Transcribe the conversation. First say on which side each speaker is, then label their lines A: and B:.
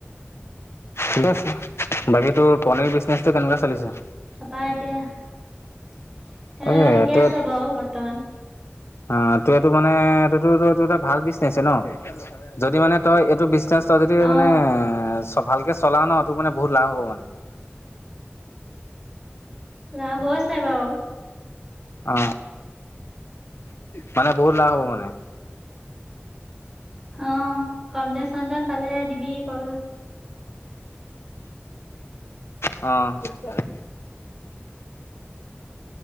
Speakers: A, on the left; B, on the right.
A: ঠিক আছে, বাকী তোৰ পনিৰ বিজনেছটো কেনেকুৱা চলিছে?
B: তাৰাপা এতিয়া এ
A: তাকে
B: ঠিকে
A: তই
B: আছে বাৰু বৰ্তমান।
A: অ তই এইটো মানে এই তটো ত এইটো এটা ভাল বিচনেছে ন, যদি মানে তই এইটো <unintelligible> যদি
B: অ
A: মনে এ সব ভালকে চলা ন সেইটো মানে বহুত লাভ হ'ব মানে।
B: লাভ হৈছে বাৰু।
A: অ মানে বহুত লাভ হ'ব মানে।
B: অ খন্তে চন্তত পালে দিবি কৰ
A: অ <unintelligible>